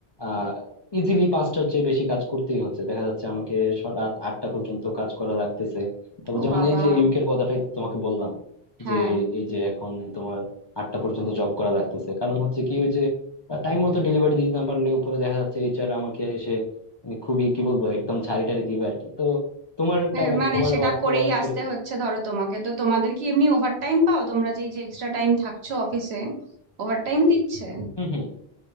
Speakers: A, on the left; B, on the right.
A: আহ ইজিলি পাঁচটার চেয়ে বেশি কাজ করতেই হচ্ছে দেখা যাচ্ছে আমাকে স- রাত আটটা পর্যন্ত কাজ করা লাগতেছে তারপর
B: ও
A: যেমন
B: বাবা
A: এই যে এই উইকের কথাটাই তো তোমাকে বললাম
B: হ্যাঁ
A: যে এই যে এখন তোমার আটটা পর্যন্ত জব করা লাগতেছে কারণ হচ্ছে কি ওই যে টাইম মতো ডেলিভারি দিতে না পারলে উপরে দেখা যাচ্ছে এইচআর আমাকে এসে আমি খুবই কি বলবো একদম ঝাড়ি টাড়ি দিবে আর কি তো তোমারটা
B: এ,
A: মানে
B: মানে
A: তোমার
B: সেটা
A: ওয়ার্ক
B: করেই
A: আওয়ার
B: আসতে
A: কিরকম
B: হচ্ছে ধরো তোমাকে তো তোমাদের কি এমনি ওভারটাইম পাও তোমরা যেই যে এক্সট্রা টাইম থাকছো অফিসে ওভারটাইম দিচ্ছে
A: হম হম